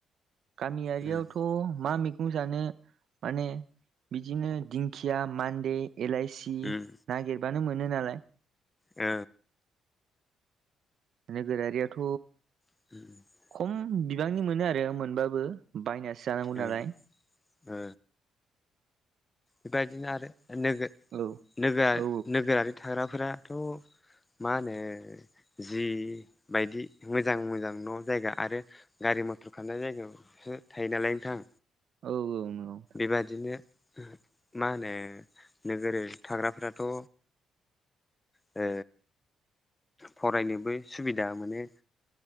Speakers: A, on the right (about 65°); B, on the left (about 15°).
A: गामियारियावथ'
B: उम
A: मा मै गं जानो माने बिदिनो दिंखिया मान्दे एलाइसि
B: उम
A: नागिरबानो मोनो नालाय।
B: ओ
A: नोगोरारियाथ'
B: <inaudible>
A: खम बिबांनि मोनो आरो मोनबाबो बायनासो जानांगौ नालाय
B: ओ ओ बेबायदिनो आरो नोग
A: औ
B: नोगो
A: औ
B: नोगोरारि थाग्राफोराथ' मा होनो जि बायदि मोजां मोजां न' जायगा आरो गारि मथर खारनाय जायगायावसो थायो नालाय नोंथां।
A: औ औ नंगौ
B: बेबादिनो मा होनो नोगोरारि थाग्राफोराथ' ओ फरायनोबो सुबिदा मोनो